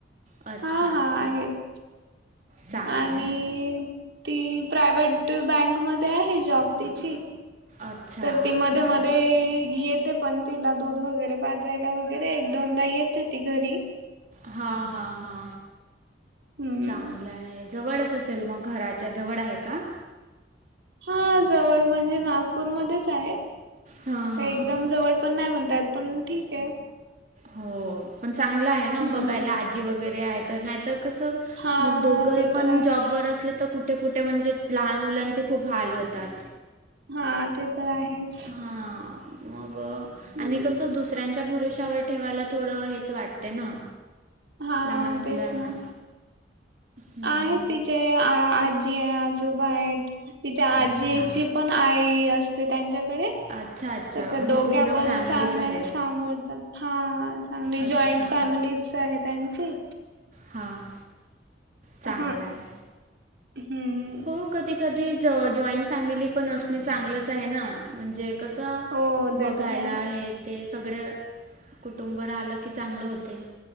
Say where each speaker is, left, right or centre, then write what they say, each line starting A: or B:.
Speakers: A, on the right (about 45°); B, on the right (about 70°).
A: अच्छा
B: हा
A: अच्छा
B: हा आहेत.
A: चांगलं
B: आणि
A: आहे
B: ती प्रायवट बँकमध्ये आहे जॉब तिची.
A: अच्छा
B: तर ती मध्ये
A: हां
B: मध्ये येते पण तिला दूध वगैरे. पाजायला वगैरे एक दोनदा येते ती घरी.
A: हा हा हा,
B: हम्म
A: चांगलं आहे. जवळच असेल मग, घराच्या जवळ आहे का?
B: हा जवळ म्हणजे नागपूरमध्येच आहे, तर
A: हां हां
B: एकदम जवळ एकदम जवळ पण नाय म्हणता येत, पण ठीकय.
A: हो, पण चांगलं आहे ना,
B: हम्म
A: बघायला आजी वगैरे आहे, तर नाहीतर कसं
B: हा
A: मग दोघं
B: ते
A: पण
B: तर आहेच.
A: जॉब वर असले तर कुठ कुठे कुठे म्हणजे लहान मुलांचे खूप हाल होतात.
B: हा ते तर आहेच.
A: हां, मग
B: हम्म
A: आणि कसं दुसऱ्यांच्या भरोश्यावर ठेवायला थोडं, हेच वाटत ना
B: हा
A: लहान मुलांना.
B: तेच ना.
A: हं,
B: आहेत तिचे आजी आहे आजोबा आहेत. तिच्या आजीची
A: अच्छा.
B: पण आई असते त्यांच्याकडे
A: अच्छा, अच्छा.
B: तर त्या
A: म्हणजे
B: दोघ्या
A: पूर्ण
B: पण
A: फॅमिलीच
B: चांगल्याने
A: आहे.
B: सांभळतात. हा, चांगली
A: अच्छा.
B: जॉईंट फॅमिलीच आहे त्यांची.
A: हां हां. चांगलं
B: हं
A: आहे.
B: हम्म.
A: हो, कधी कधी जॉईंट फॅमिली पण असणे चांगलच आहे ना, म्हणजे कसं,
B: हो
A: बघायला
B: ते तर आहेच
A: हे ते सगळं, कुटुंब राहिलं की चांगलं होते.